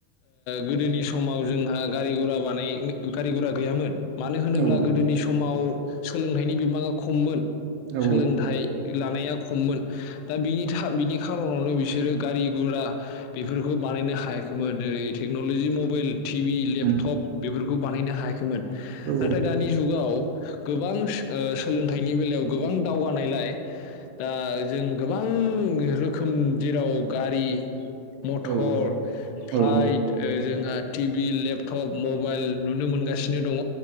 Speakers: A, on the left (about 85°); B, on the right (about 80°).
A: गोदोनि समाव जोंहा गारि गुरा बानाय गारि गुरा गैयामोन मानो होनोब्ला
B: औ
A: गोदोनि समाव सोलोंथाइनि बिबाङा खममोन
B: औ
A: सोलोंथाइ लानायाव खममोन दा बिनि बिनि खारनावनो बिसोरो गारि गुरा बेफोरखौ बानायनो हायाखै खोमोन ओरै टेक्नलजि मबाइल टिभि लेपटप
B: उम औ उम
A: बेफोरखौ खौ बानायनो हायाखैमोन
B: औ
A: नाथाय दानि जुगाव गोबां सोलोंथाइनि बेलायाव गोबां दावगानायलाय दा जों गोबां रोखोम जेराव गारि मथर
B: औ
A: फाइट
B: उम औ
A: जोंहा टि भि लेपटप मबाइल नुनो मोनगासिनो दङ